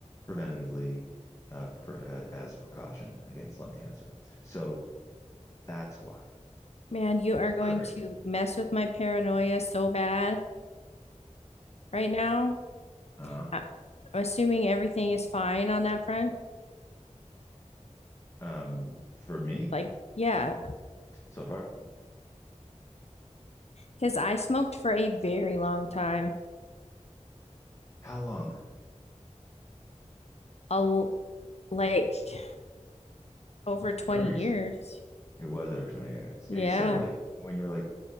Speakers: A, on the left (about 25°); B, on the left (about 60°).
A: preventatively uh, for, uh, as a precaution against lung cancer. So that's why,
B: man, you are
A: one
B: going
A: of the reasons
B: to mess with my paranoia so bad right now.
A: why. Uh,
B: I- I'm assuming everything is fine on that front.
A: um, for me,
B: Like, yeah,
A: so far,
B: because I smoked for a very long time,
A: how long?
B: a l like over 20
A: I remember
B: years.
A: you, it was over 20 years.
B: Yeah,
A: Yeah, you started like when you were like